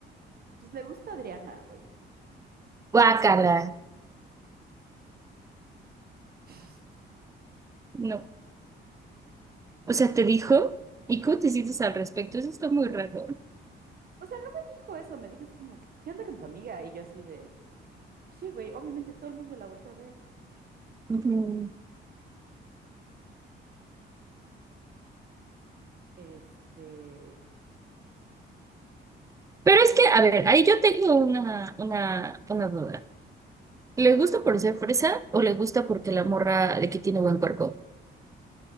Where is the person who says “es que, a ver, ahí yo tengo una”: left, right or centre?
Right